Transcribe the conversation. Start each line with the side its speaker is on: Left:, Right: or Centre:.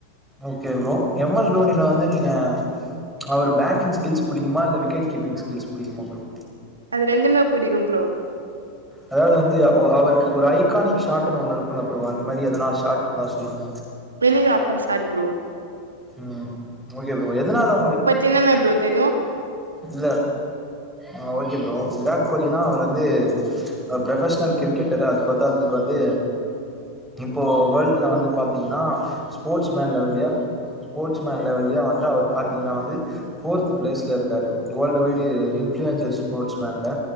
Centre: okay bro M S தோணில வந்து நீங்க அவரு பேட்டிங் ஸ்கில்ஸ் புடிக்குமா இல்ல விக்கெட் கீப்பிங் ஸ்கில்ஸ் பிடிகுமா புரோ
Right: அது ரெண்டுமே பிடிக்கு புரோ
Centre: அதாவது வந்து அவருக்கு ஒரு ஐக்கானிக் ஷாட்னு ஒன்னு இருக்கும்ல புரோ அந்த மாரி எதனா ஷாட் இருந்தா சொல்லுங்க
Right: <unintelligible> சாட் புரோ
Centre: ம் ஓகே புரோ எதனால உங்களுக்கு
Right: என்னனா புரோ தெரியு
Centre: இல்ல அ ஓகே புரோ விராட் கோலினா அவரு வந்து ப்ரொபஷனல் கிரிக்கெட்டரு அது பத்தாதுக்கு வந்து இப்போ வேர்ல்டில்ல வந்து பாத்தீங்கன்னா ஸ்போர்ட்ஸ் மேன் லெவலய ஸ்போர்ச்ன்மேன் லெவலியே வந்து அவரு பாத்திங்கன்னா வந்து ஃபோர்த் பிளேஸில்ல இருக்கு காரு வேர்ல்டு் வய்ல்டு இன்ஃப்ளூயன்சர்ஸ் ஸ்போர்ட்ஸ் மேன்ல